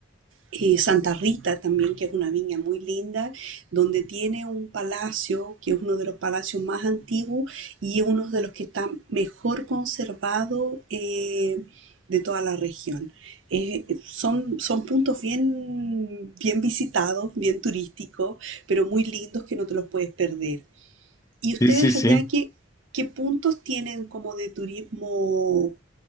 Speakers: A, on the right (about 75°); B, on the left (about 15°).
A: eh, Santa Rita también, que es una viña muy linda, donde tiene un palacio, que es uno de los palacios más antiguos y uno de los que está mejor conservado eh, de toda la región. Eh, son, son puntos bien, bien visitados, bien turísticos, pero muy lindos que no te los puedes perder. ¿Y ustedes
B: sí, sí, sí.
A: allá qué, qué puntos tienen como de turismo